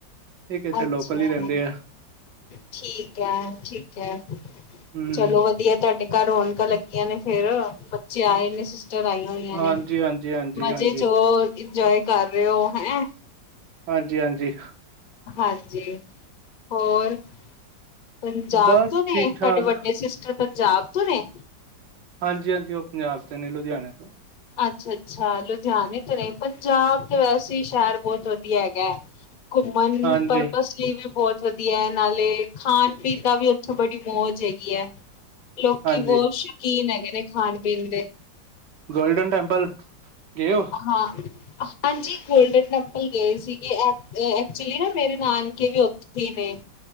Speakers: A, on the right (about 70°); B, on the left (about 75°).
A: ।ਇੱਕ ਇੱਥੇਂ
B: ਅੱਛਾ
A: ਲੋਕਲ ਹੀ ਰਹਿੰਦੇਂ ਆ।
B: ਠੀਕ ਹੈ ਠੀਕ ਹੈ
A: ਹੂੰ
B: ਚਲੋ ਵਧੀਆ ਤੁਹਾਡੇ ਾਂ ਰੌਣਕਾਂ ਲੱਗੀਆਂ ਨੇ ਫੇਿਰ ਬੱਚੇ ਆਏ ਨੇ ਚਰਾਈਆਂ ਹੋਈਆਂ ਨੇ
A: ਹਾਂਜੀ ਹਾਂਜੀ ਹਾਂਜੀ
B: ਮਜ਼ੇ
A: ਹਾਂਜੀ
B: ਚ ਉਹ ਇੰਜੋਏ ਕਰ ਰਹੇ ਹੋ ਹੈਂ
A: ਹਾਂਜੀ- ਹਾਂਜੀ
B: ਹਾਂਜੀ ਹੋਰ ਪੰਜਾਬ
A: ਬਸ
B: ਤੋਂ ਨੇ
A: ਠੀਕ
B: ਤੁਹਾਡੇ
A: ਠਾਕ
B: ਵੱਡੇ ਸਿਸਟਰ ਪੰਜਾਬ ਤੋਂ ਨੇ
A: ਹਾਂਜੀ ਹਾਂਜੀ ਉਹ ਪੰਜਾਬ ਤੇ ਨੇ ਲੁਧਿਆਣੇ ਤੋਂ
B: ਅੱਛਾ ਅੱਛਾ ਲੁਧਿਆਣੇ ਤੋਂ ਨ ਪੰਜਾਬ ਤੇ ਵੈਸੇ ਸ਼ਹਿਰ ਬਹੁਤ ਵਧੀਆ ਹੈਗਾ ਹੈ ਘੁੰਮਣ
A: ਹਾਂਜੀ
B: ਪਰਪਸ ਲਈ ਵੀ ਬਹੁਤ ਵਧੀਆ ਹੈ ਨਾਲੇ ਖਾਣ ਪੀਣ ਦਾ ਵੀ ਉੱਥੇ ਬੜੀ ਮੌਜ ਹੈਗੀ ਹੈ ਲੋਕੀ
A: ਹਾਂਜੀ
B: ਬਹੁਤ ਸ਼ੌਕੀਨ ਹੈਗੇ ਨੇ ਖਾਣ ਪੀਣ ਦੇ
A: ਗੋਲਡਨ ਟੈਂਪਲ ਗਏ ਹੋ
B: ਹਾਂ ਹਾਂਜੀ ਗੋਲਡਨ ਟੈਂਪਲ ਗਏ ਸੀਗੇ ਐਕ ਐਕਚੁਲੀ ਨਾ ਮੇਰੇ ਨਾਨਕੇ ਵੀ ਉੱਥੇ ਹੀ ਨ